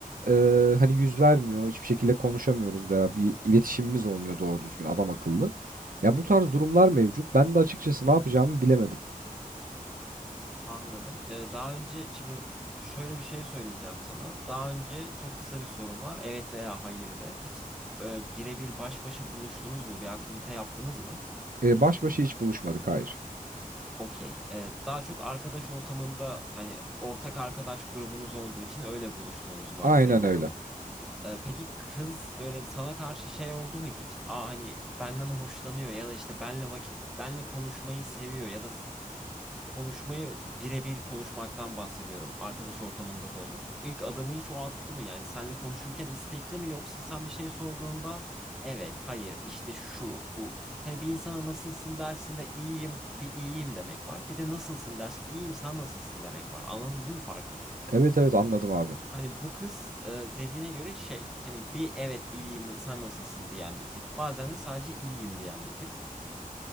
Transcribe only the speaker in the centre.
Anladım. E, daha önce şimdi şöyle bir şey söyleyeceğim sana. Daha önce çok kısa bir sorum var. Evet veya hayır de. Hiç e, birebir baş başa buluştunuz mu? Bir aktivite yaptınız mı?
Okey. Ee, daha çok arkadaş ortamında hani ortak arkadaş grubunuz olduğu için öyle buluştuğunuzu varsayıyorum.
Ee, peki kız böyle sana karşı şey oldu mu hiç? Aa hani benden hoşlanıyor ya da işte benle vakit benle konuşmayı seviyor ya da konuşmayı birebir konuşmaktan bahsediyorum. Arkadaş ortamında da olur. İlk adımı hiç o attı mı? Yani senle konuşurken istekli mi yoksa sen bir şey sorduğunda evet, hayır, işte şu, bu. Hani bir insana nasılsın dersin de iyiyim, bir iyiyim demek var. Bir de nasılsın dersin, iyiyim, sen nasılsın demek var. Anladın değil mi farkı?
Hani bu kız e, dediğine göre şey hani bir evet iyiyim sen nasılsın diyen bir tip. Bazen de sadece iyiyim diyen bir tip.